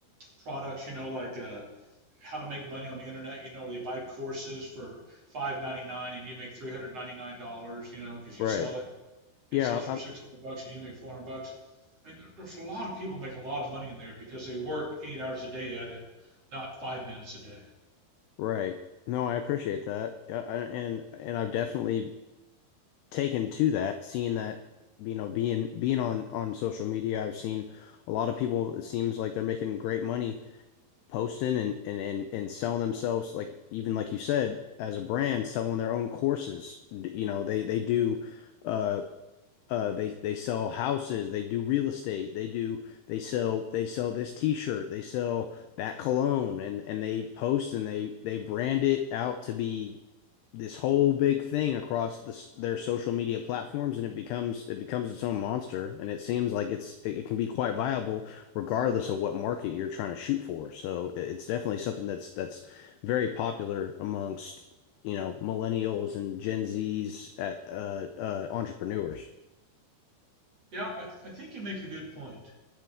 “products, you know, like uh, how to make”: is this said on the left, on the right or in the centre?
Right